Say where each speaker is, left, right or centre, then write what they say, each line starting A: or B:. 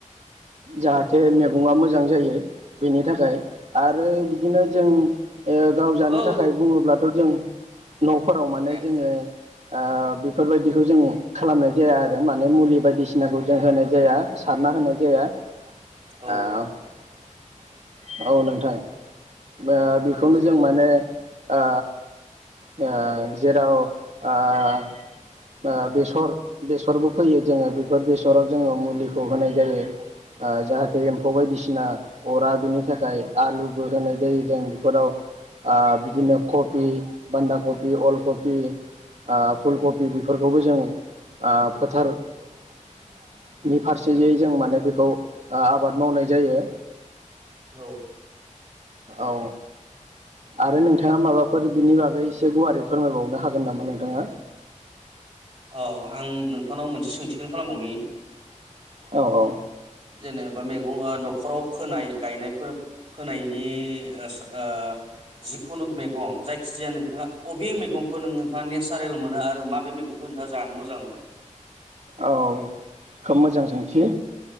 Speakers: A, on the right (about 60°); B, on the right (about 40°).
A: जाहाथे मैगंया मोजां जायो बेनि थाखाय आरो बिदिनो जों ओ गाव जानो
B: औ
A: थाखाय बुङोब्लाथ' जों न'फोराव माने
B: दे
A: जोंङो ओ बेफोरबायदिखौ जों खालामनाय जाया आरो माने मुलि बायदिसिनाखौ जों होनाय जाया सारना होनाय जाया। <unintelligible>
B: औ
A: औ नोंथां। ओ
B: थारैनो
A: बेखौनो
B: सैथो
A: जों माने ओ ओ जेराव ओ ओ बेसर बेसरबो फैयो जोंङो बेफोर बेसराव जोंङो मुलिखौ होनाय जायो ओ जाहाथे एम्फौ बायदिसिना अरा बेनि थाखाय आलुबो होनाय जायो जों बेफोराव ओ बिदिनो कबि बान्दा कबि अल खबि ओ फुलकबि बेफोरखौबो जों ओ फोथारनि फारसेयै जों माने बेखौ ओ आबाद मावनाय जायो।
B: औ।
A: औ। आरो नोंथांङा माबाफोर बिनि बागै एसे गुवारै फोरमायबावनो हागोन नामा नों थांङा
B: औ आं नोंथांनाव मोनसे सोंथिखोनो खालामबावनि।
A: औ औ।
B: जेनेबा मैगं ओ न'खराव फोनाय गायनाय फोनायनि ओ जिखुनु मैगं जायखिजाया नोंथाङा अबे मैगंखौ नों नोंथाङा नेचारेल मोनो आरो माबे मैगं खोनथा जानो मोजां मोनो।
A: औ खोब मोजां सोंथि